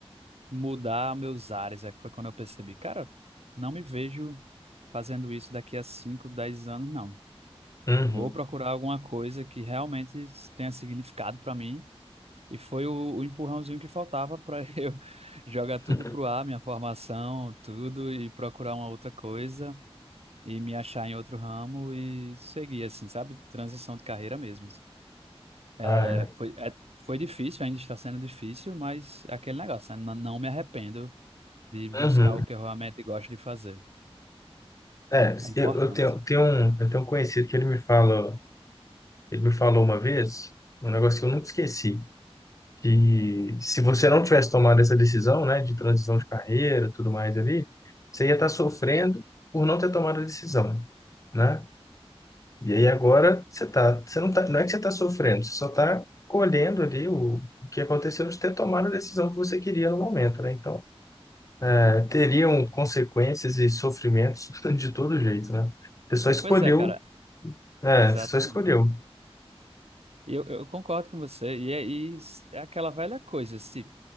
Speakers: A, on the right; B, on the left.
A: mudar meus ares. É que foi quando eu percebi, cara, não me vejo fazendo isso daqui a 5, 10 anos, não.
B: Uhum.
A: Vou procurar alguma coisa que realmente tenha significado para mim. E foi o, o empurrãozinho que faltava para <laughs> eu jogar
B: <laughs>
A: tudo pro ar, minha formação, tudo, e procurar uma outra coisa e me achar em outro ramo e seguir, assim, sabe? Transição de carreira mesmo.
B: Ah,
A: É,
B: é.
A: foi, é, foi difícil, ainda está sendo difícil, mas é aquele negócio, né? Não, não me arrependo de buscar
B: Uhum.
A: o que eu realmente gosto de fazer.
B: É,
A: É importante.
B: eu, eu tenho, tenho um, eu tenho um conhecido que ele me fala, ele me falou uma vez, um negócio que eu nunca esqueci, que se você não tivesse tomado essa decisão, né, de transição de carreira, tudo mais ali, você ia estar sofrendo por não ter tomado a decisão, né? E aí agora você tá, você não tá, não é que você está sofrendo, você só está colhendo ali o, o que aconteceu de ter tomado a decisão que você queria no momento, né? Então, eh, teriam consequências e sofrimentos <laughs> de todo jeito, né? Você só escolheu,
A: Pois é, cara,
B: é,
A: exatamente.
B: você só escolheu.
A: E Eu, eu concordo com você. E é, e é aquela velha coisa, se